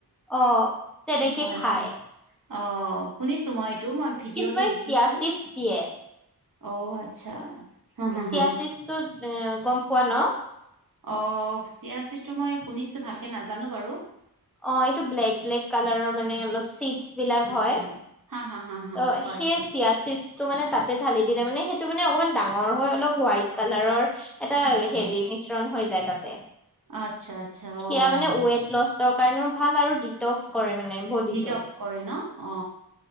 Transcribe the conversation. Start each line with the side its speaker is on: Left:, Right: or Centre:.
Centre: অ', তেনেকে
Right: হয়
Centre: খায়
Right: হয় অ শুনিছো মই এইটো মই ভিডিঅ'টো
Centre: কিছুমানে
Right: দেখিছো।
Centre: চিয়া চিডছ দিয়ে।
Right: অ আচ্ছা হা হা
Centre: চিয়া
Right: হা
Centre: চিছটোত গ'ম পোৱা ন?
Right: অঁ চিয়াচিটো মই শুনিছোঁ ভালকে নাজানো বাৰু।
Centre: অ এইটো ব্লেক ব্লেক কালাৰৰ মানে অলপ চিডছ বিলাক
Right: আচ্ছা
Centre: হয়।
Right: হা হা হা হা
Centre: ত
Right: হয়
Centre: সে
Right: হয়
Centre: চিয়াদচিছটো মানে তাতে ঢালি দিলে মানে সেইটো মানে অকণমান ডাঙৰ হয় অলপ হোৱাইট কালাৰৰ এটা
Right: আচ্ছা
Centre: হেৰি মিশ্ৰণ হৈ যায় তাতে।
Right: আচ্ছা আচ্ছা
Centre: সেয়া
Right: অ'
Centre: মানে ৱেইট লষ্টৰ কাৰণেও ভাল আৰু ডিটক্স কৰে। মানে বডিটো।
Right: ডিটক্স কৰে ন? অ